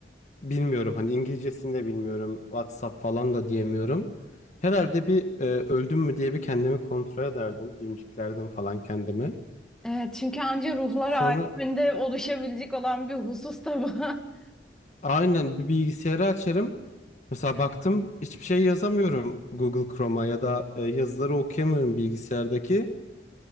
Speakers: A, on the left; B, in the centre.
A: bilmiyorum hani İngilizcesini de bilmiyorum WhatsApp falan da diyemiyorum. Herhalde bir e, öldüm mü diye bir kendimi kontrol ederdim cimciklerdim falan kendimi.
B: Evet, çünkü anca ruhlar
A: Sonra
B: aleminde oluşabilecek olan bir husus da bu. <laughs>
A: aynen bir bilgisayarı açarım. Mesela baktım hiçbir şey yazamıyorum Google Chrome'a ya da e, yazıları okuyamıyorum bilgisayardaki.